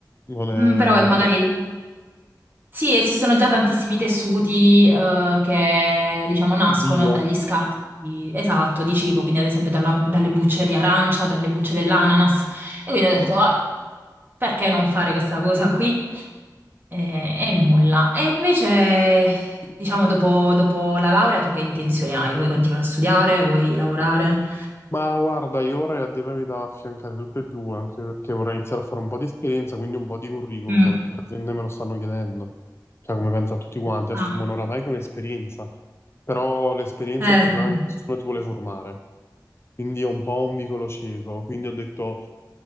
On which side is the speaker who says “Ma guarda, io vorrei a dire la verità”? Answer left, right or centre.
Left